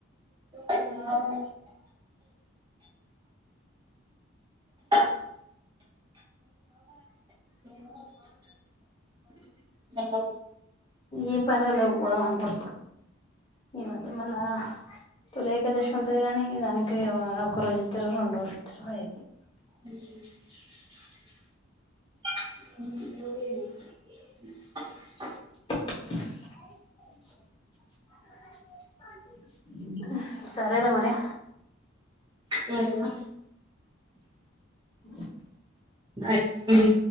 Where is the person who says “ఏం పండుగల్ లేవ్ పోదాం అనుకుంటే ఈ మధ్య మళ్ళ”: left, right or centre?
Left